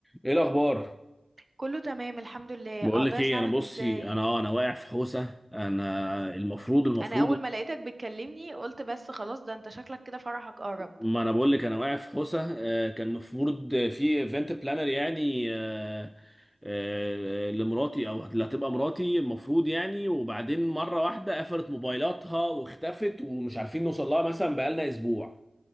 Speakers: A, in the centre; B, on the right.
A: ايه الاخبار
B: كله تمام الحمد لله
A: بقول
B: اقدر
A: لك ايه
B: اساعدك
A: انا بصي
B: ازاي
A: انا آه، انا واقع في حوسه انا المفروض المفروض
B: انا اول ما لقيتك بتكلمني قلت بس خلاص ده انت شكلك كده فرحك قرب
A: ما انا بقول لك انا واقع في حوسه آه، كان المفروض في ايفنت بلانر يعني آه، آه، لمراتي او اللي هتبقى مراتي المفروض يعني وبعدين مره واحده قفلت موبايلاتها واختفت ومش عارفين نوصل لها مثلا بقالنا اسبوع